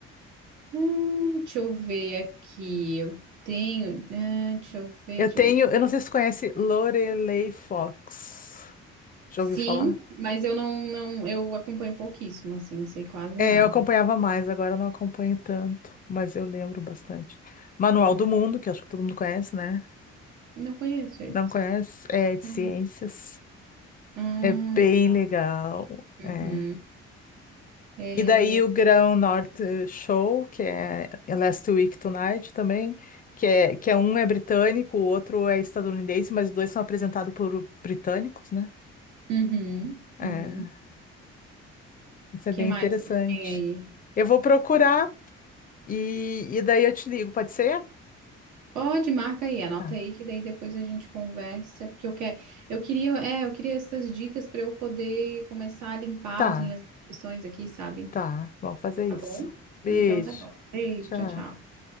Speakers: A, on the right (about 70°); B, on the left (about 30°).
A: Hum, deixa eu ver aqui. Eu tenho. ah, deixa eu ver,
B: Eu
A: deixa
B: tenho,
A: eu ver, deixa eu
B: eu
A: ver.
B: não sei se tu conhece Lorelei Fox. Já
A: Sim,
B: ouviu falar?
A: mas eu não, não, eu acompanho pouquíssimo, assim, não sei quase
B: É,
A: nada.
B: eu acompanhava mais, agora eu não acompanho tanto, mas eu lembro bastante. Manual
A: É,
B: do Mundo, que eu acho que todo mundo conhece, né?
A: não conheço esse.
B: Não conhece? É de
A: Não.
B: ciências.
A: Hum,
B: É bem
A: legal.
B: legal.
A: Uhum.
B: É.
A: É,
B: E daí o Grão Norte Show, que é é Last Week Tonight também, que é, que é um é britânico, o outro é estadunidense, mas os dois são apresentados por britânicos, né?
A: uhum,
B: É,
A: uhum.
B: isso é
A: que
B: bem
A: mais
B: interessante.
A: que tem aí?
B: Eu vou procurar e, e daí eu te ligo, pode ser?
A: Pode, marca aí, anota
B: Tá,
A: aí que daí depois a gente conversa, porque eu quero, eu queria, é, eu queria essas dicas para eu poder começar a limpar
B: tá,
A: as minhas inscrições aqui, sabe?
B: tá. Vamos fazer
A: Tá
B: isso.
A: bom?
B: Beijo.
A: Então tá bom. Beijo,
B: Tchau.
A: tchau, tchau.